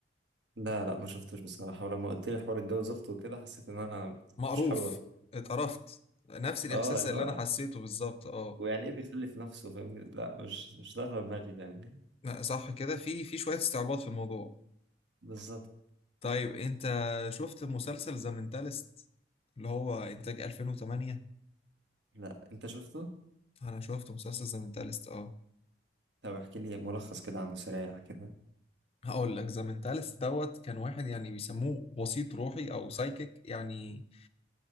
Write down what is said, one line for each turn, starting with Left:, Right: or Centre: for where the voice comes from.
Right: لا لا ما شفتوش بصراحة ولما قلت لي حوار اتجوز اخته وكده حسيت ان انا
Left: مقروف
Right: مش حابب ادخل
Left: اتقرفت نفس الاحساس
Right: اه اللي
Left: اللي
Right: هو
Left: انا حسيته بالظبط اه
Right: ويعني ايه بيخلف نفسه فاهمني لا مش مش داخله دماغي فاهمني
Left: لا، صح كده في في شويه استعباط في الموضوع
Right: بالظبط
Left: طيب انت شفت مسلسل ذا مينتالست اللي هو انتاج 2008
Right: لا انت شفته
Left: انا شفت مسلسل ذا مينتالست اه
Right: طب احكي لي ملخص كده عنه سريع كده
Left: هقول لك ذا مينتالست دوت كان واحد يعني بيسموه وسيط روحي او سايكيك يعني